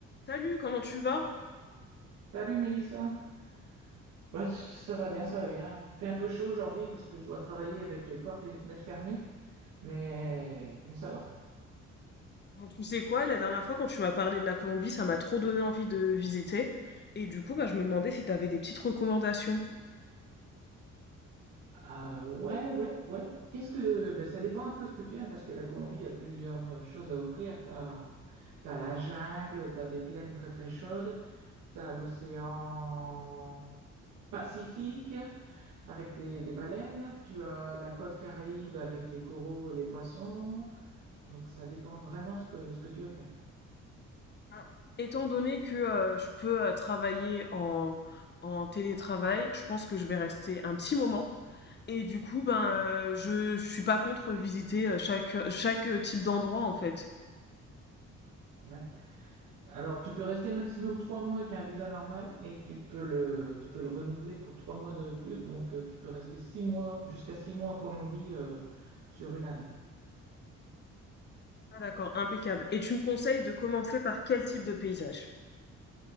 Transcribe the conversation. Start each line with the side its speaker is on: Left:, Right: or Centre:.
Left: Salut, comment tu vas?
Right: Salut Mélissa. Bah, ça va bien, ça va bien. Il fait un peu chaud aujourd'hui parce que je dois travailler avec les portes et les fenêtres fermées, mais, mais ça va.
Left: Bon, tu sais quoi, la dernière fois quand tu m'as parlé de la Colombie, ça m'a trop donné envie de visiter. Et du coup, bah, je me demandais si tu avais des petites recommandations.
Right: Ah, ouais, ouais, ouais. Qu'est-ce que... bah, ça dépend un peu ce que tu aimes parce que la Colombie a plusieurs euh, choses à offrir. T'as, t'as la jungle, t'as des plaines très très chaudes, t'as l'océan Pacifique avec des, des baleines, tu as la côte Caraïbe avec les coraux et les poissons. Donc ça dépend vraiment ce que, ce que tu veux faire.
Left: Ben, Étant donné que euh, je peux euh, travailler en, en télétravail, je pense que je vais rester un petit moment. Et du coup, ben, euh, je, je suis pas contre visiter euh, chaque, euh, chaque euh, type d'endroit en fait.
Right: Ouais. Alors, tu peux rester maximum trois mois avec un visa normal et tu peux le, tu peux le renouveler pour trois mois de plus. Donc, euh, tu peux rester six mois, jusqu'à six mois en Colombie euh, sur une année.
Left: Ah, d'accord, impeccable. Et tu me conseilles de commencer par quel type de paysage?